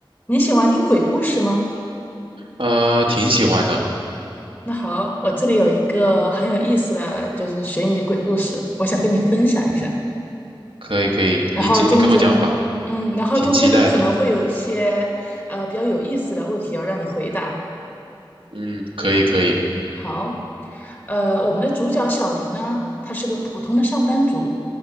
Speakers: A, on the left; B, on the right.
A: 你喜欢听鬼故事吗？
B: 呃，挺喜欢的，
A: 那好，我这里有一个很有意思的，就是悬疑鬼故事，我想跟你分享一下。
B: 可以可以，
A: 然后中间呢，
B: 你就你跟我讲吧，
A: 嗯，然后中间呢可能会有一些呃比较有意思的问题要让你回答。
B: 挺期待的。嗯，可以可以，
A: 好，呃，我们的主角小林呢，他是个普通的上班族，